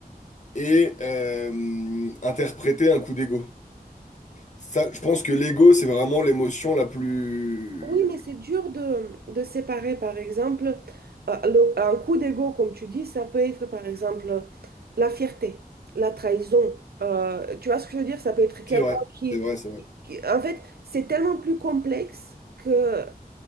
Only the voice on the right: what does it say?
Oui, mais c'est dur de, de séparer, par exemple, euh, le- un coup d'ego, comme tu dis, ça peut être, par exemple, la fierté, la trahison. Euh, tu vois ce que je veux dire? Ça peut être quelqu'un
qui,
qui- En fait, c'est tellement plus complexe que